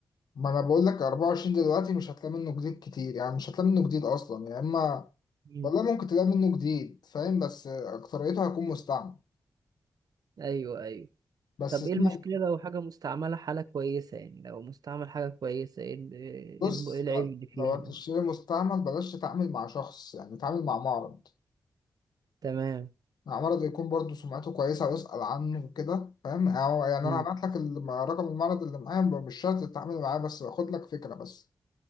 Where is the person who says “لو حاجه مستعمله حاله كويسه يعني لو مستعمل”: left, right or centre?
Right